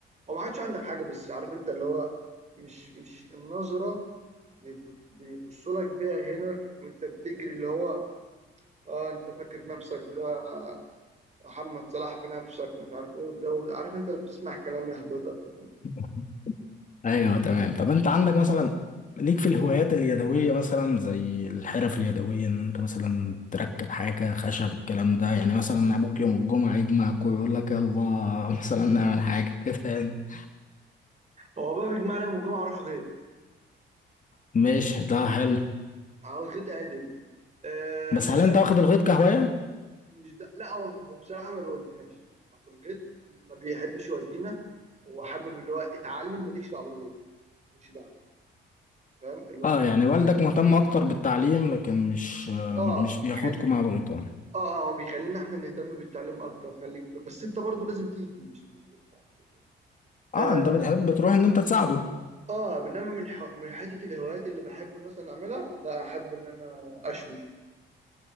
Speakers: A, on the right (about 35°); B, on the left (about 40°).
A: هو ما حدش عندك حاجه بس عارف انت اللي هو مش مش النظره بيب- بيبصوا لك بيها هنا وانت بتجري اللي هو اه انت فاكر نفسك بقى محمد صلاح في نفسك ومش عارف ايه والجو ده. عارف انت اللي بتسمع كلام يهبطك وكده.
B: <laughs> ايوه تمام طب انت عندك مثلا ليك في الهوايات اليدويه مثلا زي الحرف اليدويه ان انت مثلا تركب حاجه خشب الكلام ده يعني مثلا ابوك يوم الجمعه يجمعك ويقول لك يلا <laughs> مثلا نعمل حاجه كده يعني
A: هو بقى بيجمعني يوم الجمعه اروح غيط
B: ماشي ده حلو
A: على الغيط عدل آه
B: بس
A: مش
B: هل
A: زي
B: انت واخد الغيط كهوايه
A: مش ده لا هو بصراحه ما بيوديناش يعني هو في الغيط ما بيحبش يودينا هو حابب اللي هو اتعلم ماليش دعوه بالغيط ماليش دعوه فاهم اللي
B: اه
A: هو
B: يعني والدك مهتم اكتر بالتعليم لكن مش
A: اه
B: مش
A: بيخلي
B: بياخدكم مع الغيطان
A: اه اه هو بيخلينا احنا نهتم بالتعليم اكتر خليك في بس انت برضو لازم تيجي مش مش ينفعش كده
B: اه
A: اه
B: انت بتحب تروح ان انت تساعده
A: آه، بينما من ح... من حته الهوايات اللي بحب مثلا اعملها لا احب ان انا اشوي